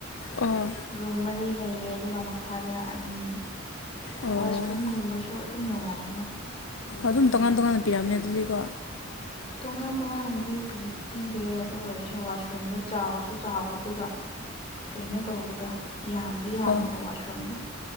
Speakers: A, on the left; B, on the left.
A: ꯑꯣ
B: ꯔꯨꯝ ꯃꯔꯤ ꯂꯩꯌꯦ ꯑꯗꯨꯒ ꯃꯈꯥꯗꯅ ꯑꯅꯤ꯫
A: ꯑꯣ
B: ꯋꯥꯁꯔꯨꯝꯒꯨꯝꯕꯁꯨ ꯑꯗꯨꯝ ꯅꯨꯡꯉꯥꯏꯌꯦꯗ
A: ꯑꯗꯨꯝ ꯇꯣꯉꯥꯟ ꯇꯣꯉꯥꯟꯅ ꯄꯤꯔꯝꯅꯦ ꯑꯗꯨꯗꯤꯀꯣ
B: ꯇꯣꯉꯥꯟ ꯇꯣꯉꯥꯟꯗꯤ ꯄꯤ ꯄꯤꯗꯦ ꯑꯗꯨ ꯑꯣꯏꯔꯁꯨ ꯋꯥꯁꯔꯨꯝꯗꯣ ꯆꯥꯎꯁꯨ ꯆꯥꯎꯋꯦ ꯑꯗꯨꯒ ꯀꯩꯅꯣ ꯇꯧꯕꯗꯣ ꯌꯥꯝꯗꯤ ꯌꯥꯝꯃꯦꯕ
A: ꯑꯣ
B: ꯋꯥꯁꯔꯨꯝꯗꯣ꯫